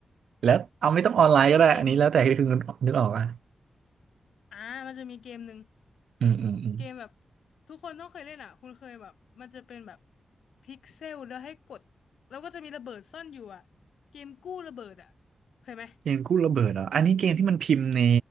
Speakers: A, on the right; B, on the left.
A: แล้วเอาไม่ต้องออนไลน์ก็ได้อันนี้แล้วแต่ที่คุณนึกออกอ่ะ
B: เกมอ่ามันจะมีเกมหนึ่ง
A: อืมอืมอืม
B: เกมแบบทุกคนต้องเคยเล่นอ่ะคุณเคยแบบมันจะเป็นแบบพิกเซลแล้วให้กดแล้วก็จะมีระเบิดซ่อนอยู่อ่ะเกมกู้ระเบิดอ่ะเคยไหม
A: เกมกู้ระเบิดเหรออันนี้เกมที่มันพิมพ์ใน